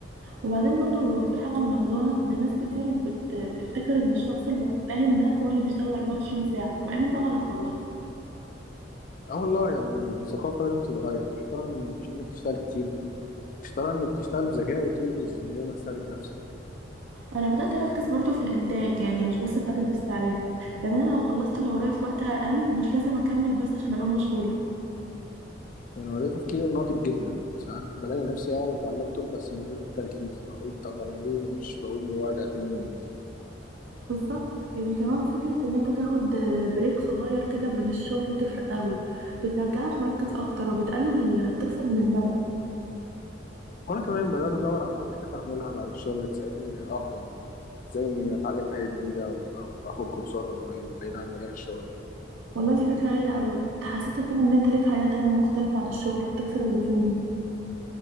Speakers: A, on the right; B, on the left.
A: وبعدين برضو في حاجة ملاحظاها إن ناس كتير بت... بتفتكر إن الشخص المجتهد ده هو اللي بيشتغل 24 ساعة مع إن ده غلط والله
B: أه والله يعني دي ثقافة لازم تتغير الشطارة مش إنك تشتغل كتير الشطارة إنك تشتغل بذكاء وتنجز من غير ما تستهلك نفسك
A: أنا بدأت أركز برضو في الإنتاج يعني مش بس في عدد الساعات يعني أنا لو خلصت اللي ورايا في وقت أقل مش لازم أكمل بس عشان أبقى مشغولة
B: يعني هو ده تفكير ناضج جدا ساعات بلاقي نفسي قاعد على اللابتوب بس من غير تركيز اقول طب انا ليه مش بقوم وارجع تاني انجز
A: بالظبط يعني كمان فكرة إن أنت تاخد آه، بريك صغير كده من الشغل بتفرق قوي بترجعك مركز أكتر وبتقلل بتكسر من الملل
B: وانا كمان بدات ادور على حاجات اعملها بعد الشغل تساعدني افضل زي اني اتعلم حاجه جديده او أو اخد كورسات اونلاين بعيد عن مجال الشغل
A: والله دي فكرة هايلة قوي بتحسسك كده إن أنت ليك حياة تانية مختلفة عن الشغل وبتكسر الروتين